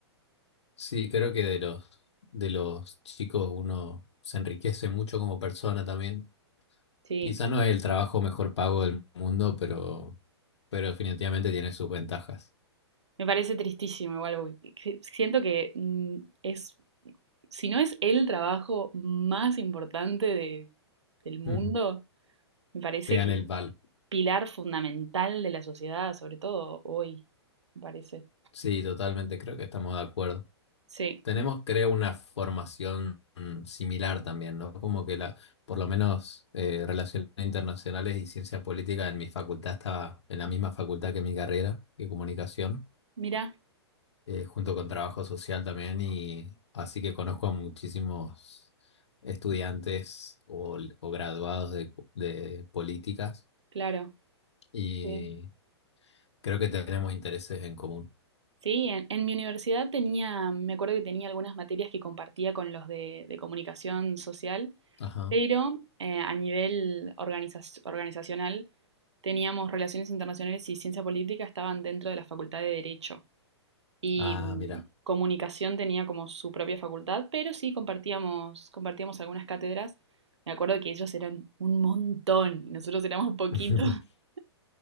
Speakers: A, on the left; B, on the right.
A: Sí, creo que de los, de los chicos uno se enriquece mucho como persona también.
B: Sí,
A: Quizá no es el trabajo mejor pago del mundo, pero, pero definitivamente tiene sus ventajas.
B: me parece tristísimo igual, porque que- siento que mm, es, si no es el trabajo más importante de-
A: <laughs>
B: del mundo,
A: Ujú.
B: Me parece
A: Pegan
B: que es
A: el palo.
B: pilar fundamental de la sociedad, sobre todo hoy, me parece.
A: Sí, totalmente, creo que estamos de acuerdo.
B: Sí,
A: Tenemos, creo, una formación mm, similar también, ¿no? Como que la, por lo menos eh, relaciones internacionales y ciencia política en mi facultad estaba en la misma facultad que mi carrera, que comunicación,
B: mira,
A: eh, junto con trabajo social también, y así que conozco a muchísimos estudiantes o, o graduados de, de políticas
B: claro.
A: y
B: Sí,
A: creo que tenemos intereses en común.
B: Sí, en, en mi universidad tenía, me acuerdo que tenía algunas materias que compartía con los de, de comunicación social,
A: Ajá.
B: pero eh, a nivel organiza- organizacional teníamos relaciones internacionales y ciencia política estaban dentro de la facultad de Derecho. y
A: Ah,
B: mm,
A: mira.
B: comunicación tenía como su propia facultad, pero sí compartíamos, compartíamos algunas cátedras. Me acuerdo que ellos eran un montón y nosotros éramos poquitos
A: <laughs>
B: <laughs>